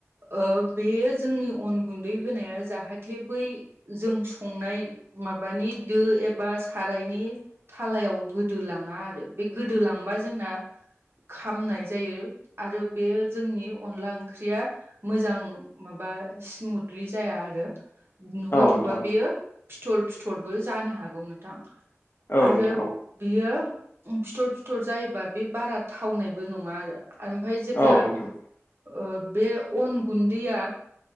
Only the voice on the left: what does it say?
औ
नोंथां
औ
नोंथां औ
औ नोंथां